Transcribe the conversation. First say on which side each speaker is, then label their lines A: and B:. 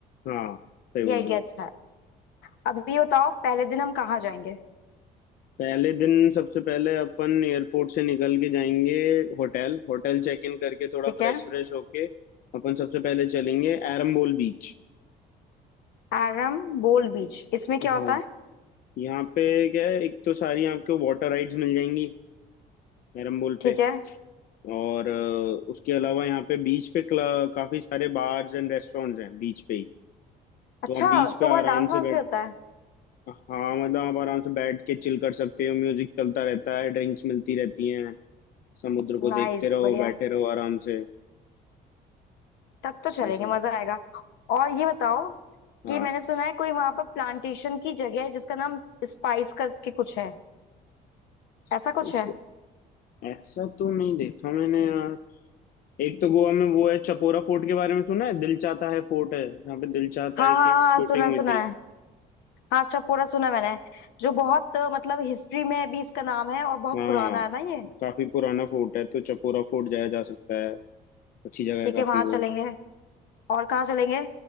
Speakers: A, on the left; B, on the left.
A: हाँ सही
B: ये
A: बोल
B: आइडिया
A: रहे हो
B: अच्छा है अब ये बताओ पहले दिन हम कहाँ जाएंगे
A: पहले दिन सबसे पहले अपन एयरपोर्ट से निकल के जाएंगे होटल होटल चेक इन करके थोड़ा
B: ठीक
A: फ्रेश
B: है
A: फ्रेश होके अपन सबसे पहले चलेंगे एरम्बोल बीच
B: आरम बोल बीच इसमें क्या
A: हाँ
B: होता है
A: यहाँ पे क्या है एक तो सारी आपको वाटर राइड्स मिल जाएंगी एरम्बोल
B: ठीक
A: पे
B: है
A: और अ, उसके अलावा यहाँ पे बीच पे क्ल- काफी सारे बार्स एंड रेस्टोरेंट्स हैं बीच पे ही
B: अच्छा
A: तो आप बीच पे
B: तो वहाँ
A: आराम
B: डांस वांस
A: से बैठ
B: भी होता है
A: हाँ मतलब आप आराम से बैठ के चिल कर सकते हो म्यूजिक चलता रहता है ड्रिंक्स मिलती रहती हैं समुद्र को
B: नाइस
A: देखते रहो
B: बढ़िया
A: बैठे
B: है
A: रहो आराम से
B: तब तो चलेंगे
A: ऐसा
B: मजा आएगा और ये बताओ
A: हाँ
B: कि मैंने सुना है कोई वहां पर प्लांटेशन की जगह है जिसका नाम स्पाइस करके कुछ है
A: स्पाइस
B: ऐसा कुछ है
A: ऐसा तो नहीं देखा मैंने यार एक तो गोवा में वो है चपोरा फोर्ट के बारे में सुना है दिल चाहता है फोर्ट है यहाँ पे दिल चाहता
B: हाँ
A: है की
B: हाँ
A: शूटिंग
B: हाँ सुना
A: हुई
B: सुना
A: थी
B: है हाँ अच्छा पूरा सुना मैंने जो बहुत अ, मतलब हिस्ट्री में भी इसका नाम है और बहुत
A: हाँ
B: पुराना है ना ये
A: काफी पुराना फोर्ट है तो चपोरा फोर्ट जाया जा सकता है अच्छी जगह
B: ठीक
A: है काफी
B: है वहां
A: वो
B: चलेंगे और कहाँ चलेंगे